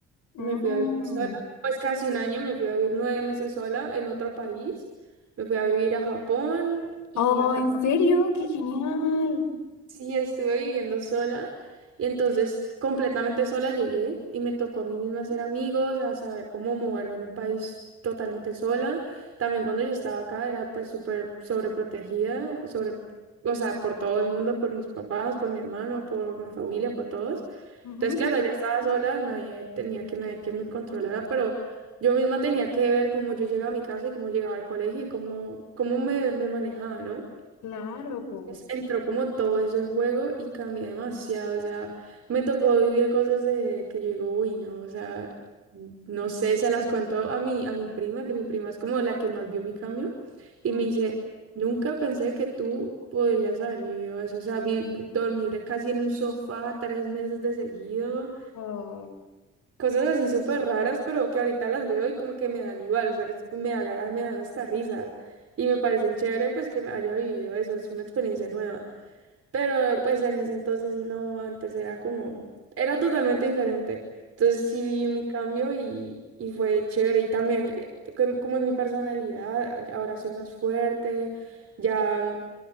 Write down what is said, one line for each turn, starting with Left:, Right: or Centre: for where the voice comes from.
Left: Mm.
Right: Me fui a vivir sola, pues casi un año, me fui a vivir nueve meses sola en otro país. Me fui a vivir a Japón y
Left: Oh,
Right: a Francia.
Left: ¿en serio? ¡Qué genial!
Right: Sí, estuve viviendo sola y entonces completamente sola llegué y me tocó a mí misma hacer amigos, a saber cómo moverme en un país totalmente sola. También cuando yo estaba acá era pues súper sobreprotegida, sobre, o sea, por todo el mundo, por mis papás, por mi hermano, por mi familia, por todos.
Left: Ujú.
Right: Entonces, claro, ya estaba sola, nadie tenía que nadie que me controlara, pero yo misma tenía que ver cómo yo llegaba a mi casa y cómo llegaba al colegio y cómo, cómo me, me manejaba, ¿no?
Left: Claro, po.
Right: Entonces, Entró como todo eso en juego y cambié demasiado, o sea, me tocó vivir cosas de que yo digo, uy, no, o sea, no sé, se las cuento a mi, a mi prima, que mi prima es como la que más vio mi cambio, y
Left: Mm.
Right: me dice, nunca pensé que tú podrías haber vivido eso, o sea, vi- dormir casi en un sofá tres meses de seguido,
Left: Oh,
Right: Cosas así súper raras, pero que ahorita las veo y como que me dan igual, o sea, que es- que me agra- me dan hasta risa y me parecen chévere pues que me haya vivido eso, es una experiencia nueva. Pero pues en ese entonces no, antes era como, era totalmente diferente. Entonces sí vi mi cambio y, y fue chévere y también eh, com- como en mi personalidad, a- ahora soy más fuerte, ya,